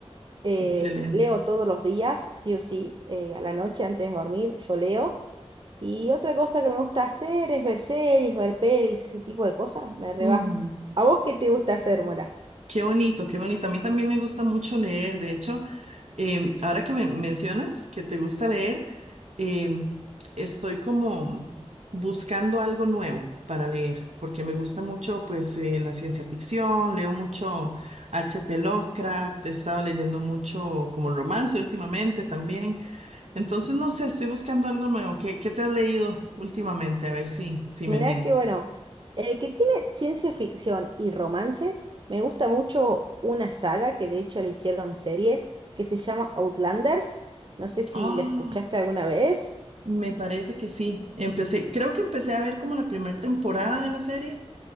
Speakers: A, on the right; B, on the right.
A: eh,
B: excelente.
A: s- leo todos los días, sí o sí, eh, a la noche antes de dormir, yo leo. Y otra cosa que me gusta hacer es ver series, ver pelis, ese tipo de cosas, me reba.
B: Ujú.
A: ¿A vos qué te gusta hacer, Mora?
B: Qué bonito, qué bonito. A mí también me gusta mucho leer. De hecho, Em, ahora que me mencionas que te gusta leer, em, estoy como buscando algo nuevo para leer, porque me gusta mucho pues eh, la ciencia ficción, leo mucho H. P. Lovecraft, he estado leyendo mucho como romance últimamente también. Entonces, no sé, estoy buscando algo nuevo. ¿Qué, qué te has leído últimamente? A ver si, si
A: Mirá
B: me animo.
A: que bueno, eh, que tiene ciencia ficción y romance, me gusta mucho una saga que de hecho la hicieron serie, que se llama Outlanders. No sé si
B: Ah,
A: la escuchaste alguna vez.
B: me parece que sí. Empecé, creo que empecé a ver como la primera temporada de la serie,